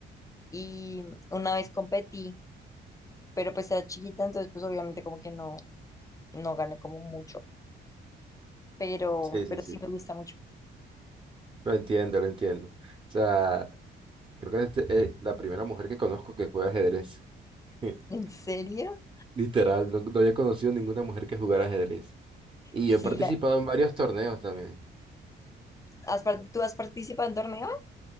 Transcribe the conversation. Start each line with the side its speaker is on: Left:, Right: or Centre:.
Left: y una vez competí, pero pues era chiquita, entonces pues obviamente como que no, no gané como mucho, pero,
Right: sí, sí,
Left: pero
Right: sí.
Left: sí me gusta mucho.
Right: Lo entiendo, lo entiendo. O sea, creo que este es la primera mujer que conozco que juega ajedrez. <laughs>
Left: ¿En serio?
Right: Literal, no, no había conocido ninguna mujer que jugara ajedrez. Y
Left: Sí,
Right: yo he participado
Left: la,
Right: en varios torneos también.
Left: has par- ¿tú has participado en torneos?